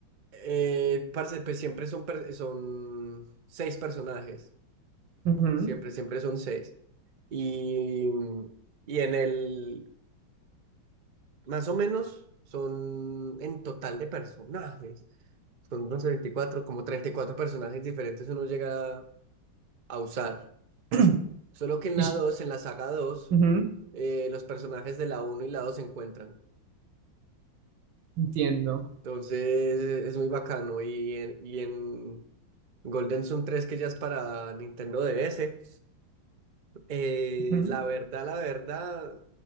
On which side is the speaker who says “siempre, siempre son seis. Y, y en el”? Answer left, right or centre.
Right